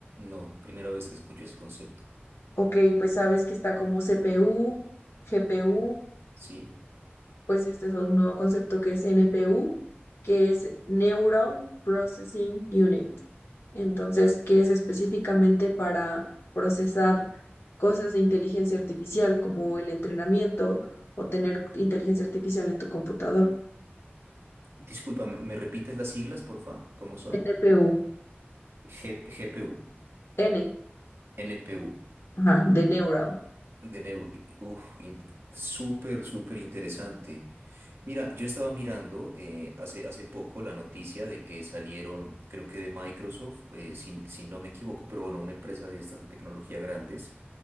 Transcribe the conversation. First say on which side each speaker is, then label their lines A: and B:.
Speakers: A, on the right; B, on the left.
A: No, primera vez que escucho ese concepto.
B: Ok, pues sabes que está como CPU, GPU.
A: Sí.
B: pues este es un nuevo concepto que es NPU, que es Neural Processing Unit. Entonces, que es específicamente para procesar cosas de inteligencia artificial como el entrenamiento o tener inteligencia artificial en tu computador.
A: Discúlpame, ¿me repites las siglas, porfa? ¿Cómo son?
B: NPU,
A: G- GPU,
B: N,
A: NPU,
B: ajá, de Neural,
A: de neu- Uf, in- súper, súper interesante. Mira, yo estaba mirando eh, hace, hace poco la noticia de que salieron, creo que de Microsoft, eh, si, si no me equivoco, pero bueno, una empresa de estas de tecnología grandes,